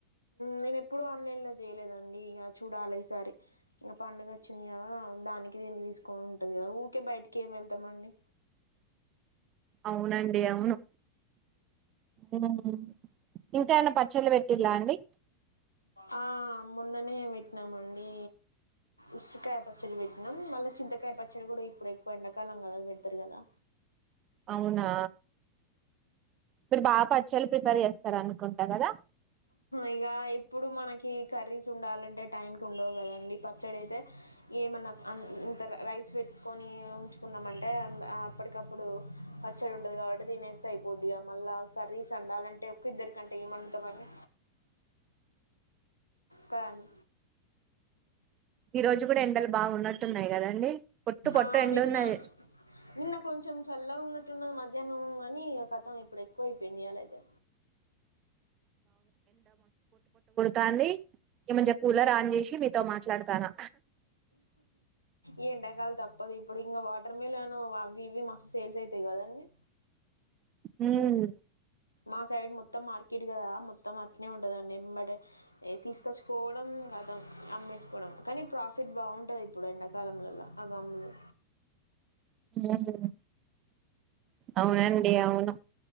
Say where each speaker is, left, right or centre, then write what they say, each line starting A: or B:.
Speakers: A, on the left (about 80°); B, on the right (about 35°).
A: నేను ఎప్పుడూ ఆన్లైన్ లో చేయలేదండి ఇక చూడాలి ఈసారి ఇంక పండుగ వచ్చింది కదా దానికి దీనికి తీసుకని ఉంటది కదా ఊరికే బయటికి ఏం వెళ్తామండి
B: అవునండి అవును ఉమ్ ఇంకామనా పచ్చళ్ళ పెట్టిలా అండి
A: ఆ మొన్ననే పెట్టినామ అండి ఉసిరికాయ పచ్చడి పెట్టినాం మళ్ళీ చింతకాయ పచ్చడి కూడా ఇప్పుడు ఎక్కువ ఎండాకాలం కద పెడతారు కదా
B: అవునా మీరు బాగా పచ్చళ్లు ప్రిపేర్ చేస్తార అనుకుంటా కదా
A: ఇక ఎప్పుడు మనకి కర్రీస్ ఉండాలంటే టైంకి ఉండవు కదండి పచ్చడి అయితే ఏమన్నా ఇంత రైస్ పెట్టుకొని ఉంచుకున్నామంటే అప్పటికప్పుడు పచ్చడి ఉండదు కాబట్టి దీనేస్తే అయిపోద్ది ఇక మళ్ళా కర్రీస్ అండాలంటే ఒ ఇద్దరికంటే ఏమన్నా ద్దమన్ని తను
B: ఈ రోజు కూడా ఎండలు బాగున్నా పట్టు ఉన్నాయి కదండి పొట్టు పొట్టు
A: ఆ
B: ఎండు
A: నిన్న
B: ఉన్నాయి
A: నిన్న కొంచెం చల్లగా ఉన్నట్టున్నది మధ్యాహ్నం అని కథం ఇప్పుడు ఎక్కువ అయిపోయింది అలాయితే
B: కాంది ఈ మంచిగా కూలర్ ఆన్ చేసి మాట్లాడతానా
A: ఏ ఎండా కాలం తప్పు ఇపో ఇప్పుడు ఇంకా వాటర్ మిలన్ అవి ఇవి మస్తు సేల్స్ అయితాయి కదండీ
B: హమ్
A: ఆ సైడ్ మొత్తం మార్కెట్ కదా మొత్తం అట్నే ఉంటుందండి బట్ తీసుకొచ్చుకోవడం కదా అమ్మేసుకోవడం కానీ ప్రాఫిట్ బాగుంటుంది ఇప్పుడు ఎండాకాలంలలో అ అమ్మలు
B: అమ్ అవునండి అవును